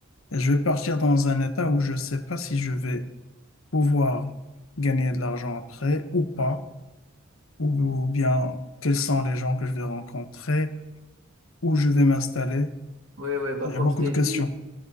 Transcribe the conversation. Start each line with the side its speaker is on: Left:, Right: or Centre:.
Left: et je vais partir dans un état où je ne sais pas si je vais pouvoir gagner de l'argent après ou pas, ou, ou bien quels sont les gens que je vais rencontrer, où je vais m'installer.
Right: Oui, oui, bah,
Left: Il y
Right: comme
Left: a beaucoup
Right: je t'ai
Left: de questions.
Right: dit.